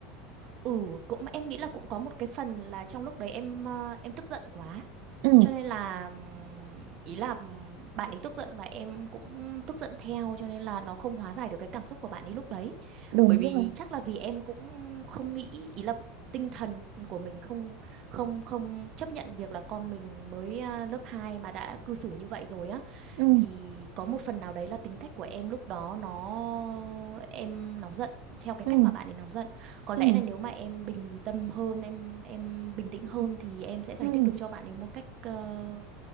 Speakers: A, on the right; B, on the right.
A: Ừ, cũng em nghĩ là cũng có một cái phần là trong lúc đấy em ờ, em tức giận quá
B: ừ
A: Cho nên là ừm, ý là ừm, bạn ấy tức giận và em cũng tức giận theo cho nên là nó không hóa giải được cái cảm xúc của bạn ấy lúc đấy.
B: Đúng
A: Bởi vì
B: rồi.
A: chắc là vì em cũng không nghĩ ý là tinh thần của mình không không không chấp nhận việc là con mình mới à, lớp 2 mà đã cư xử như vậy rồi á
B: Ừ,
A: thì có một phần nào đấy là tính cách của em lúc đó nó em nóng giận theo cái
B: ừ,
A: cách mà bạn ấy nóng giận có
B: ừ,
A: lẽ là nếu mà em bình tâm hơn em em bình tĩnh hơn thì em sẽ giải
B: ừ.
A: thích được cho bạn ấy một cách ờ,